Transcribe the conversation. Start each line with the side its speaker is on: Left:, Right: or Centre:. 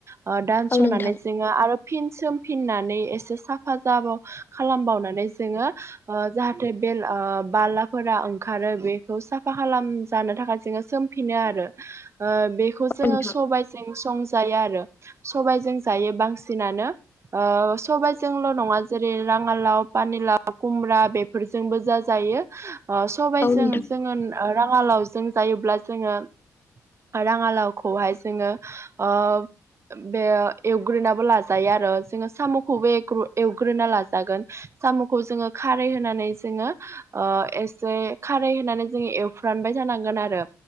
Right: ओ दान्स
Left: औ नोंथां
Right: हनानै जोङो आरो फिन सोम फिननानै एसे साफ हेफाजाब खालामबावनानै जोंङो ओ जाह जे बे बालाफोरा ओंखारो बेखौ साफा खालामजानो थाखाय जोङो सोमफिनो आरो ओ बेखौ जोङो
Left: नोंथां
Right: सबायजों संजायो आरो सबायजों जायो बांसिनानो। ओ सबायजोंल' नङा जेरै राङाालाव पानिलााव खुमब्रा बे- फोरजोंबो ज जायो सबाय
Left: औ
Right: जों
Left: नोंथां
Right: जोंङो राङालावजों जायोब्ला जोंङो राङालावखौहाय जोंङो ओ बे एवग्रोनाबो लाजायो आरो जोंङो साम'खौबो एवग्रोना लाजागोन। साम'खौ जोङो खारै नानै जोङो ओ एसे खारै होनानै जोङो एवफ्रानबाय जानांगोन आरो